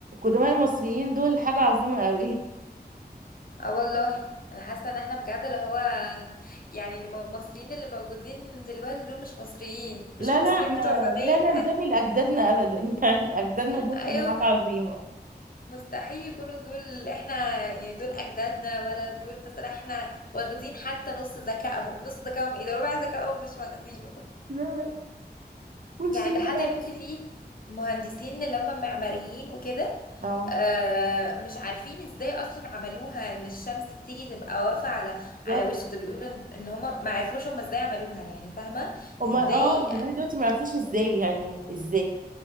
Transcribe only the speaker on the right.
المصريين دول حاجة عظيمة قوي
لا
لا احنا
لا ننتمي
لأجدادنا أبدا <laughs> يعني أجدادنا دول
كانوا حاجة عظيمة
لا لا والشيلة
اه
بالظبط
هما
اه لغاية دلوقتي ما يعرفوش ازاي يعني ازاي